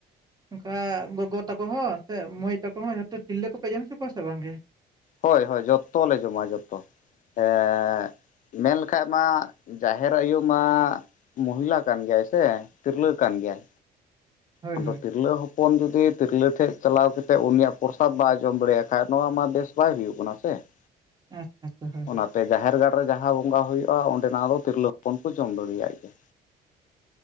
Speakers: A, on the right; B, on the left.
A: ᱚᱱᱠᱟ ᱜᱚᱜᱚ ᱛᱟᱠᱚ ᱦᱚᱸ ᱥᱮ ᱢᱟᱹᱭ ᱛᱟᱠᱚ ᱦᱚᱸ ᱡᱚᱛᱚ ᱛᱤᱨᱞᱟᱹ ᱠᱚᱯᱮ ᱡᱚᱢ ᱦᱚᱪᱚ ᱠᱚᱣᱟ ᱥᱮ ᱵᱟᱝᱜᱮ?
B: ᱦᱳᱭ ᱦᱳᱭ ᱡᱚᱛᱚ ᱞᱮ ᱡᱚᱢᱟ ᱡᱚᱛᱚ ᱮᱜ ᱢᱮᱱ ᱞᱮᱠᱷᱟᱡ ᱢᱟ ᱡᱟᱦᱮᱨ ᱟᱭᱳ ᱢᱟ ᱢᱚᱦᱤᱞᱟ ᱠᱟᱱ ᱜᱮᱭᱟᱭ ᱥᱮ, ᱛᱤᱨᱞᱟᱹ ᱠᱟᱱ ᱜᱮᱭᱟᱭ᱾
A: ᱦᱳᱭ
B: ᱟᱫᱚ
A: ᱦᱳᱭ
B: ᱛᱤᱨᱞᱟᱹ ᱦᱚᱯᱼᱼ ᱦᱚᱯᱚᱱ ᱡᱩᱫᱤ ᱛᱤᱨᱞᱟᱹ ᱴᱷᱮᱱ ᱪᱟᱞᱟᱣ ᱠᱟᱛᱮᱫ ᱩᱱᱤᱭᱟᱜ ᱯᱨᱚᱥᱟᱫ ᱵᱟᱭ ᱡᱚᱢ ᱫᱟᱲᱮᱭᱟᱜ ᱠᱷᱟᱡ ᱱᱚᱣᱟ ᱢᱟ ᱵᱮᱥ ᱵᱟᱭ ᱦᱩᱭᱩᱜ ᱠᱟᱱᱟ ᱥᱮ᱾ <inaudible>
A: ᱟᱪᱪᱷᱟ ᱟᱪᱷᱟ ᱦᱳᱭ
B: ᱚᱱᱟᱛᱮ ᱡᱟᱦᱮᱨ ᱜᱟᱲ ᱨᱮ ᱡᱟᱦᱟᱸ ᱵᱚᱸᱜᱟ ᱦᱩᱭᱩᱜᱼᱟ ᱚᱸᱰᱮᱱᱟᱜ ᱫᱚ ᱛᱤᱨᱞᱟᱹ ᱦᱚᱯᱚᱱ ᱠᱚ ᱡᱚᱢ ᱫᱟᱲᱮᱭᱟᱜ ᱜᱮᱭᱟ᱾